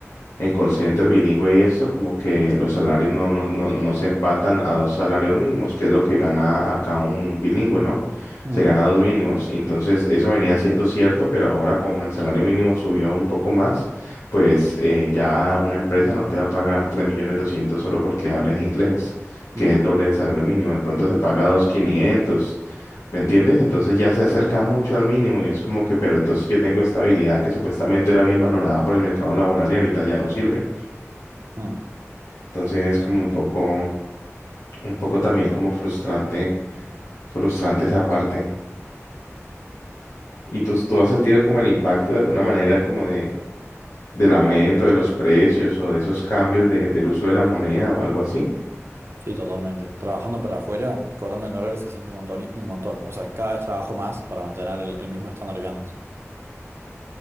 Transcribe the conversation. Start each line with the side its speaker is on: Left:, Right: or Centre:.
Left: en call center bilingüe y esto, como que los salarios no, no, no, no se empatan a dos salarios mínimos, que es lo que gana acá un bilingüe, ¿no?
Right: Mm,
Left: Se gana dos mínimos. Y entonces eso venía siendo cierto, pero ahora como el salario mínimo subió un poco más, pues eh, ya una empresa no te va a pagar 3.200.000 solo porque hables inglés, que
Right: mm,
Left: es el doble del salario mínimo. De pronto te paga dos mil quinientos ¿Me entiendes? Entonces ya se acerca mucho al mínimo y es como que, pero entonces yo tengo esta habilidad que supuestamente era bien valorada por el mercado laboral y ahorita ya no sirve.
Right: mm.
Left: Entonces es como un poco, un poco también como frustrante, frustrante esa parte. ¿Y tú, tú has sentido como el impacto de alguna manera como de, del aumento de los precios o de esos cambios de, del uso de la moneda o algo así?
Right: Sí, totalmente. Trabajando para afuera, cobrando en dólares se siente un montón, y- un montón. ¿no? O sea, cada vez trabajo más para mantener el, el mismo estándar que antes.